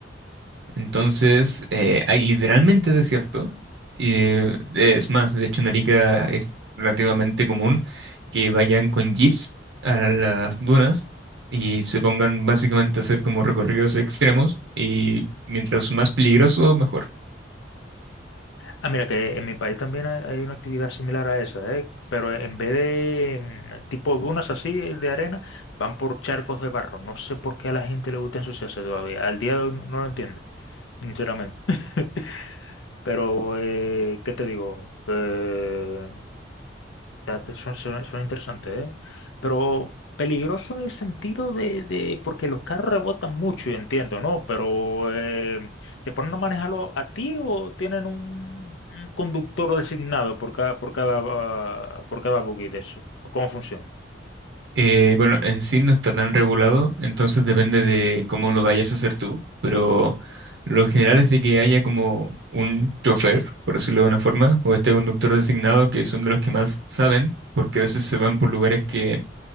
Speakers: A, on the right; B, on the left.
A: Entonces, eh, hay literalmente desierto. Y eh, es más, de hecho en Arica es relativamente común que vayan con jeeps a las dunas y se pongan básicamente a hacer como recorridos extremos y mientras más peligroso, mejor.
B: Ah, mira, que en mi país también hay hay una actividad similar a esa, ¿eh? Pero en vez de mm, tipo dunas así de arena, van por charcos de barro. No sé por qué a la gente le gusta ensuciarse todavía. Al día de hoy no no lo entiendo, sinceramente. <laughs> Pero, eh, ¿qué te digo? Que Ya te- Suena, suena- suena interesante, ¿eh? Pero peligroso en el sentido de, de- porque los carros rebotan mucho, y entiendo, ¿no? Pero eh, ¿te ponen a manejarlo a ti o tienen un, un conductor designado por cada, por cada, ah, por cada buggy de eso? ¿O cómo funciona?
A: Eh, bueno, en sí no está tan regulado, entonces depende de cómo lo vayas a hacer tú, pero lo general es de que haya como un chofer, por decirlo de una forma, o este conductor
B: Ujú.
A: designado, que son de los que más saben, porque a veces se van por lugares que